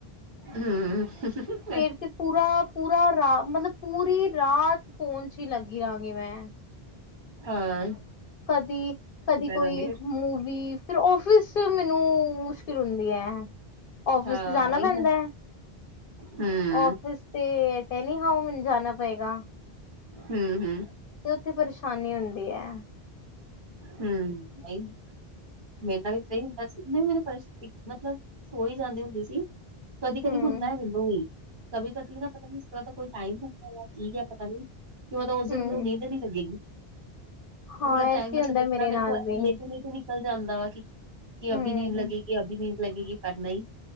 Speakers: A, on the right (about 55°); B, on the left (about 65°).
A: ਹੂੰ <inaudible>
B: ਫਿਰ ਤੇ ਪੂਰਾ- ਪੂਰਾ ਰਾ ਮਤਲਬ ਪੂਰੀ ਰਾਤ ਫੋਨ 'ਚ ਲੱਗੀ ਰਹਾਂਗੀ ਮੈਂ
A: ਹਾਂ
B: ਕਦੀ -ਕਦੀ ਕੋਈ
A: ਜਾਂਦੀ ਫਿਰ
B: ਮੂਵੀ ਤੇ ਔਫਿਸ ਮੈਨੂੰ ਮੁਸ਼ਕਿਲ ਹੁੰਦੀ ਹੈ ਔਫਿਸ
A: ਹਾਂ
B: ਤੇ ਜਾਣਾ
A: ਉਹੀ
B: ਪੈਂਦਾ।
A: ਨਾ ਹੂੰ
B: ਔਫਿਸ ਤੇ ਟੈਨੀ ਹੋਂ ਮੈਨੂੰ ਜਾਣਾ ਪਏਗਾ।
A: ਹੂੰ-ਹੂੰ
B: ਤੇ ਉੱਥੇ ਪਰੇਸ਼ਾਨੀ ਹੁੰਦੀ ਹੈ।
A: ਹੂੰ ਹੈ ਹੀ ਮੇਰੇ ਨਾਲ ਵੀ ਸਹੀ ਹੁੰਦਾ ਸੀ ਵੀ ਮੈਨੂੰ ਮਤਲਬ ਸੋ ਹੀ ਜਾਂਦੀ ਹੁੰਦੀ ਸੀ। ਕਦੀ- ਕਦੀ
B: ਹੂੰ
A: ਹੁੰਦਾ ਹੈ ਮੈਨੂੰ ਹੀ ਕਦੀ -ਕਦੀ ਨਾ ਪਤਾ ਨੀ ਇਸ ਤਰ੍ਹਾਂ ਦਾ ਕੋਈ ਟਾਈਮ ਹੁੰਦਾ ਆ ਕੀ ਹੈ ਪਤਾ ਨੀ ਕਿ ਮਤਲਬ ਉਸ ਦਿਨ
B: ਹੂੰ
A: ਨੂੰ ਨੀਂਦ ਨੀ ਲੱਗੇਗੀ।
B: ਹਾਂ
A: ਪੂਰਾ ਟਾਈਮ
B: ਐਸੇ
A: ਮਤਲਬ
B: ਹੁੰਦਾ
A: ਜਿਸ ਤਰ੍ਹਾਂ ਮੇਰੇ
B: ਨਾਲ
A: ਕੋਲ
B: ਵੀ
A: ਲੇਟੇ -ਲੇਟੇ ਨਿ ਨਿਕਲ ਜਾਂਦਾ ਵਾ ਕਿ- ਕਿ
B: ਹੂੰ
A: ਅਭੀ ਨੀਂਦ ਲੱਗੇਗੀ- ਅਭੀ ਨੀਂਦ ਲੱਗੇਗੀ ਪਰ ਨਹੀਂ